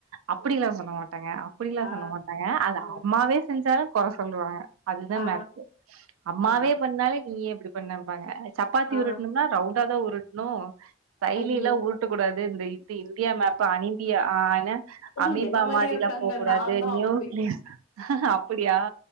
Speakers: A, on the right (about 75°); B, on the left (about 75°).
A: அப்டிலா சொல்ல மாட்டாங்க அப்புடிலா
B: ஆ
A: சொல்ல மாட்டாங்க அது
B: ஆ
A: அம்மாவே செஞ்சாலு கொற சொல்லுவாங்க அதுதா
B: ஆ
A: மேட்ரு அம்மாவே
B: ஆ
A: பண்ணாலு நீ ஏ இப்டி பண்ணம்பாங்க சப்பாத்தி
B: ஆ
A: உருட்ணும்னா ரவுண்டாதா உருட்ணு கைலிலா
B: ஐயோ
A: உருட்ட கூடாது இந்த இந்தி இந்தியா மேப்பு அனீபியா ஆ என்ன
B: ஓ
A: அமீபா
B: என்ன மாரி
A: மாரிலா
B: இருக்காங்க
A: போ கூடாது
B: நான்தா
A: நியூக்ளிய
B: அப்டி
A: அப்புடியா